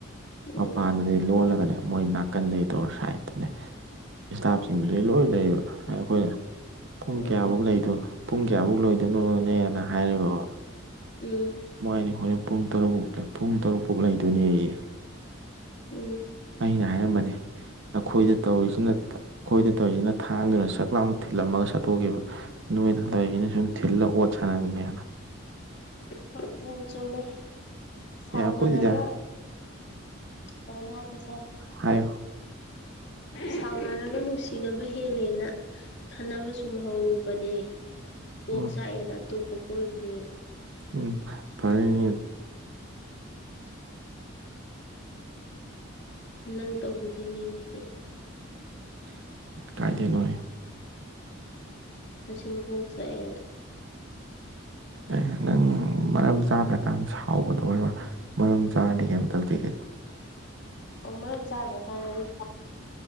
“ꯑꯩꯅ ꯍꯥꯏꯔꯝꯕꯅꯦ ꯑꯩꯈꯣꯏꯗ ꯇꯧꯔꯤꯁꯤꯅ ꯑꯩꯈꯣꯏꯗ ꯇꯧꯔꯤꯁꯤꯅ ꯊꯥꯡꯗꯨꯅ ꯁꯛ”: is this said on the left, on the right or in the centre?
Right